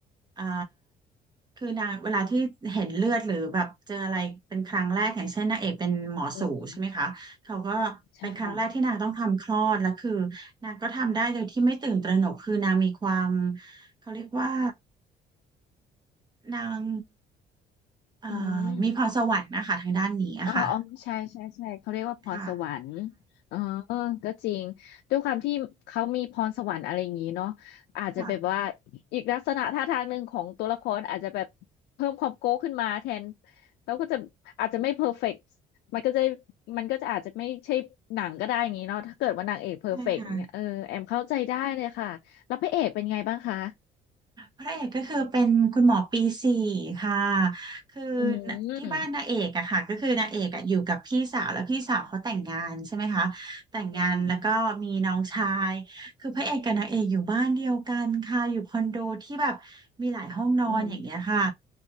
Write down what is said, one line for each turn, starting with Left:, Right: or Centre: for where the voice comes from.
Right: อ่าคือนางเวลาที่เห็นเลือดหรือแบบเจออะไรเป็นครั้งแรกอย่างเช่นนางเอกเป็นหมอสูใช่ไหมคะเขาก็เป็นครั้งแรกที่นางต้องทำคลอดแล้วคือ
Left: อืมใช่ค่ะ
Right: นางก็ทำได้โดยที่ไม่ตื่นตระหนกคือนางมีความเขาเรียกว่านางเอ่อมีพรสวรรค์นะคะทางด้านนี้อะค่ะ
Left: อืม อ๋ออ๋อใช่ใช่ใช่เขาเรียกว่าพรสวรรค์
Right: ค่ะ
Left: เออก็จริงด้วยความที่เขามีพรสวรรค์อะไรอย่างนี้เนาะอาจจะแบบว่า
Right: ค่ะ
Left: อีกลักษณะท่าทางหนึ่งของตัวละครอาจจะแบบเพิ่มความโก้ขึ้นมาแทนแล้วก็จะอาจจะไม่เพอร์เฟกต์มันก็จะมันก็จะอาจจะไม่ใช่หนังก็ได้อย่างนี้เนาะถ้าเกิดว่านางเอกเพอร์เฟกต์เนี่ยเออแอมเข้าใจได้เลยค่ะแล้วพระเอกเป็นไงบ้างคะ
Right: ใช่ค่ะ พระเอกก็คือเป็นคุณหมอปีสี่ค่ะคือ
Left: อืม
Right: ที่บ้านนางเอกอะค่ะก็คือนางเอกอะอยู่กับพี่สาวแล้วพี่สาวเขาแต่งงานใช่ไหมคะแต่งงานแล้วก็มีน้องชายคือพระเอกกับนางเอกอยู่บ้านเดียวกันค่ะอยู่คอนโดที่แบบมีหลายห้องนอนอย่างเงี้ยค่ะ
Left: อืมอืม